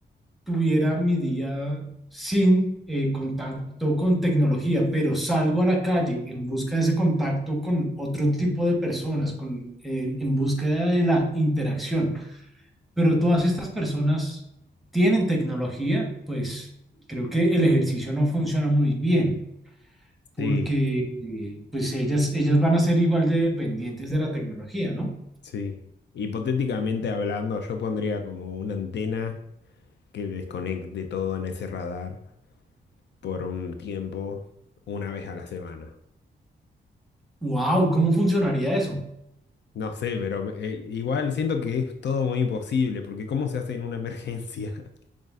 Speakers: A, in the centre; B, on the left (about 65°).
A: tuviera mi día sin eh, contacto con tecnología, pero salgo a la calle en busca de ese contacto con otro tipo de personas, con, eh, en búsqueda de la interacción. Pero todas estas personas tienen tecnología, pues creo que el ejercicio no funciona muy bien, porque
B: Sí,
A: eh, pues ellas, ellas van a ser igual de dependientes de la tecnología, ¿no?
B: Sí, hipotéticamente hablando, yo pondría como una antena que desconecte todo en ese radar por un tiempo, una vez a la semana.
A: ¡Wow! ¿Cómo funcionaría eso?
B: No sé, pero eh, igual siento que es todo muy imposible, porque ¿cómo se hace en una emergencia? <laughs>